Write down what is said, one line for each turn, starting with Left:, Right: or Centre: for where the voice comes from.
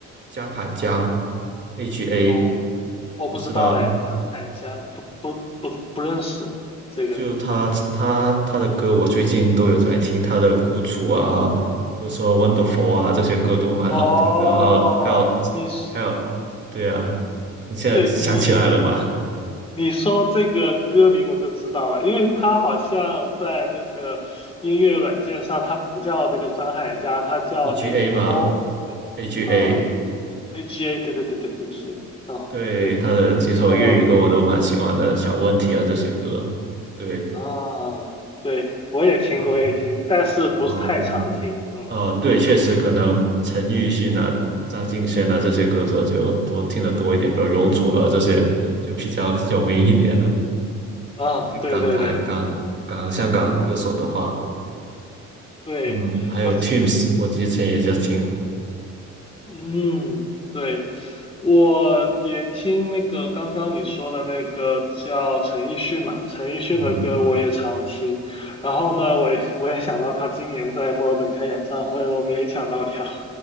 Right: 江海佳 h A，
Left: 哦，我不知道哎，
Right: 你知道？
Left: 张海佳不不不不认识这个。
Right: 就他他他的歌，我最近都有在听，他的《孤楚》啊，比如说《Wonderful》啊，这些歌都蛮好听的。
Left: 哦，
Right: 然后还有
Left: 你是
Right: 还有，对啊，你现在想起来了吧
Left: 对你你说这个歌名我就知道了，因为他好像在那个音乐软件上，他不叫那个张海佳，他叫
Right: ？AGA
Left: A
Right: 嘛
Left: O
Right: ，AGA，
Left: 啊 A G A，对对对对 A G A 啊，
Right: 对他的几首粤语歌我都蛮喜欢的，
Left: 对，还有
Right: 《小问题》啊这些歌，对。
Left: 啊，对我也听我也听，
Right: 然后
Left: 但是不是太常听，
Right: 然后嗯
Left: 嗯。
Right: 呃，对，确实可能陈奕迅啊、张敬轩啊这些歌手就多听得多一点，比如容祖儿这些就比较有名一点了。
Left: 啊，
Right: 你港台、
Left: 对对对，
Right: 港港香港歌手的话，
Left: 对，
Right: 嗯，还有
Left: 我，
Right: Teams，我之前也就听，
Left: 嗯，对，我也听那个刚刚你说的那个叫陈奕迅嘛，陈奕迅的歌我也常听。
Right: 嗯，
Left: 然后呢，我也我也想到他今年在墨尔本开演唱会，我没抢到票。